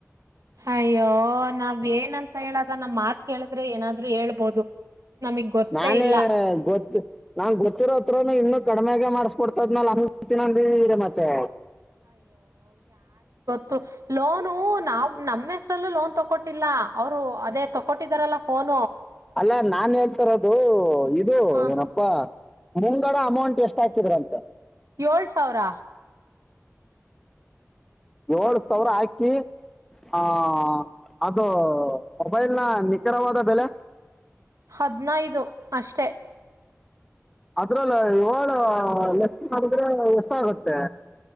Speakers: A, on the right (about 80°); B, in the centre.
A: ಅಯ್ಯೋ ನಾವ್ ಏನಂತ ಹೇಳದ ನಮ್ಮ್ ಮಾತ್ ಕೇಳಿದ್ರೆ ಏನಾದ್ರು ಹೇಳ್ಬೋದು ನಮಗ್ ಗೊತ್ತೇ
B: ನಾನೇ
A: ಇಲ್ಲ
B: ಗೊತ್ತು ನಾ್ ಗೊತ್ತಿರೋ ಹತ್ರನು ಇನ್ನು ಕಡಿಮೆಾಗೆ ಮಾಡ್ಸ್ಕ ಕೊಡ್ತದ್ನಿನ ಮತ್ತೆ
A: ತ ಲೋನು ನಾವವು ನಮ್ಮೆ ಲೋನ್ ತೊಗೊಟ್ಟಿಲ್ಲ ಅವ್ರು ಅದೇ ತಗೊಟ್ಟಿದಾರಲ್ಲ ಫೋನ್
B: ಅಲ್ಲಾ ನಾನ್ ಹೇಳ್ತಾರದು ಇದು
A: ಹ
B: ಏನಪ್ಪಾ ಮುಂಗಡ ಅಮೌಂಟ್ ಎಷ್ಟ ಹಾತಿದ್ರಂತ
A: ಏಳ್ ಸಾವಿರ
B: ಏಳ್ ಸಾವಿರ ಹಾಕಿ ಆಹ ಅದು ಮೊಬೈಲ್ ನ ನಿಖರವಾದ ಬೆಲೆ
A: ಹದ್ನೈದು ಅಷ್ಟೆ
B: ಅದ್ರಲ್ಲ ಇವಳ ಎಷ್ಟ ಮಾಡಿದ್ರೆ ಎಷ್ಟ ಆಗುತ್ತೆ